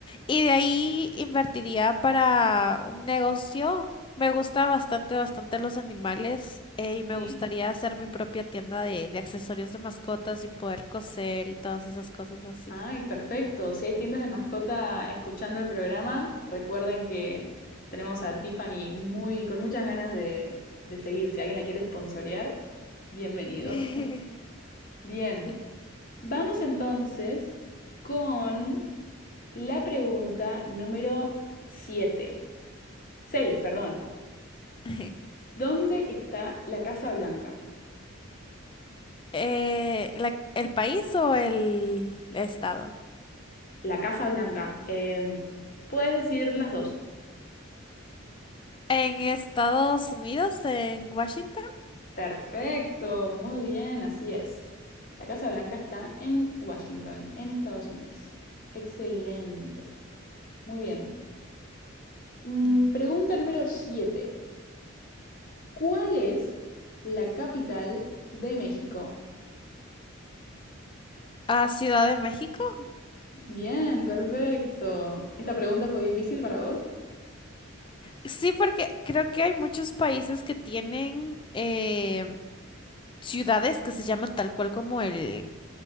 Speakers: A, on the left; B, on the left.
A: Y de ahí invertiría para un negocio. Me gusta bastante, bastante los animales eh, y me
B: ¿Sí?
A: gustaría hacer mi propia tienda de, de accesorios de mascotas y poder coser y todas esas cosas así.
B: Ay, perfecto. Si hay tiendas de mascota escuchando el programa, recuerden que tenemos a Tiffany muy, con muchas ganas de, de seguir. Si alguien la quiere sponsorear, bienvenido.
A: <laughs>
B: <laughs> Bien,
A: Sí.
B: vamos entonces con La pregunta número 7, 6, perdón.
A: <laughs>
B: ¿Dónde está la Casa Blanca?
A: Eh, ¿la- el país o el estado?
B: La Casa Blanca. Em, puedes decir las dos.
A: En Estados Unidos, en Washington,
B: Perfecto, muy bien, así es. La Casa Blanca está en Washington, en Estados Unidos. Excelente, muy bien. Mm,
A: y-
B: Pregunta número 7. ¿Cuál es la capital de México?
A: a Ciudad de México.
B: Bien, perfecto. ¿Esta pregunta fue difícil para vos?
A: Sí, porque creo que hay muchos países que tienen eh, ciudades que se llaman tal cual como el,